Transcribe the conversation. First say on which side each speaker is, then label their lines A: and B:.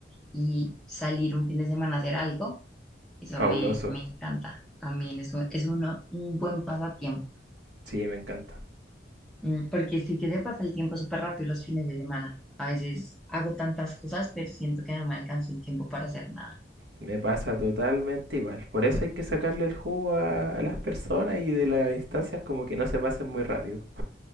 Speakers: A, in the centre; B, on the right.
A: y salir un fin de semana a hacer algo, eso
B: fabuloso.
A: me, me encanta también, es un, es uno, un buen pasatiempo,
B: Sí, me encanta.
A: Mm, porque sí que se pasa el tiempo súper rápido los fines de semana. A veces hago tantas cosas, pero siento que no me alcanzo el tiempo para hacer nada.
B: Me pasa totalmente igual. Por eso hay que sacarle el jugo a, a las personas y de las instancias como que no se pasen muy rápido.